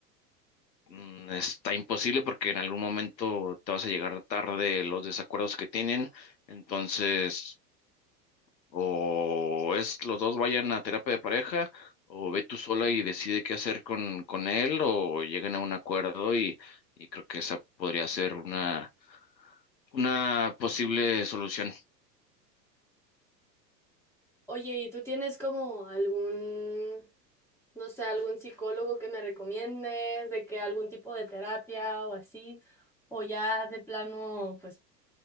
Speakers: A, on the left; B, in the centre.
A: mm, está imposible porque en algún momento te vas a llegar tarde los desacuerdos que tienen. Entonces o es los dos vayan a terapia de pareja, o ve tú sola y decide qué hacer con, con él, o lleguen a un acuerdo y, y creo que esa podría ser una, una posible solución.
B: Oye, ¿y tú tienes como algún, no sé, algún psicólogo que me recomiendes, de que algún tipo de terapia o así? O ya de plano, pues,